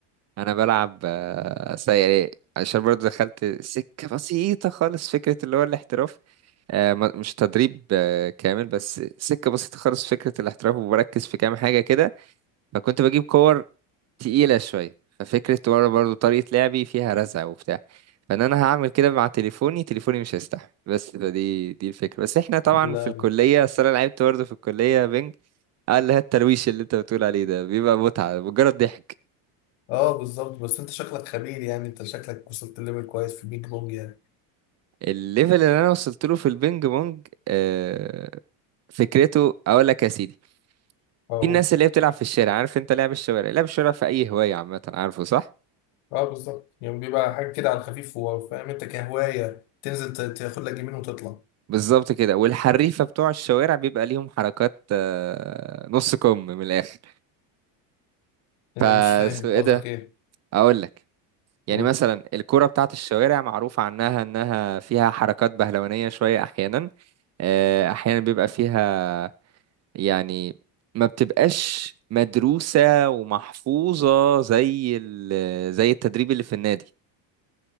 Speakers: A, on the right (about 35°); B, on the left (about 75°).
A: انا بلعب آه، سيئة عشان برضو دخلت سكة بسيطة خالص فكرة اللي هو الاحتراف آه، ما- مش تدريب آه، كامل بس سكة بسيطة خالص فكرة الاحتراف وبركز في كام حاجة كده فكنت بجيب كور تقيلة شوية ففكرة ورا برضو طريقة لعبي فيها رزع وبتاع فان انا هعمل كده مع تليفوني تليفوني مش هيستحمل بس فدي دي الفكرة بس احنا طبعا
B: لا
A: في الكلية اصل انا لعبت برضه في الكلية بينج قال لها الترويش اللي انت بتقول عليه ده بيبقى متعة مجرد ضحك
B: اه بالظبط بس انت شكلك خبير يعني انت شكلك وصلت ليفل كويس في البيج بونج يعني
A: الليفل اللي انا وصلت له في البينج بونج آه، فكرته اقول لك يا سيدي
B: اقول
A: في الناس اللي هي بتلعب في الشارع عارف انت لعب الشوارع لعب الشوارع في اي هوايه عامه عارفه صح
B: اه بالظبط يعني بيبقى حاجه كده على الخفيف وفاهم انت كهوايه تنزل ت- تاخد لك جيمين وتطلع
A: بالظبط كده والحريفه بتوع الشوارع بيبقى ليهم حركات آه، نص كم من الاخر
B: يعني
A: فس
B: مش فاهم
A: ايه
B: قصدك
A: ده
B: ايه
A: اقول لك يعني
B: قول
A: مثلا الكرة بتاعت الشوارع معروف عنها انها فيها حركات بهلوانية شوية احيانا آه، احيانا بيبقى فيها يعني ما بتبقاش مدروسة ومحفوظة زي ال- زي التدريب اللي في النادي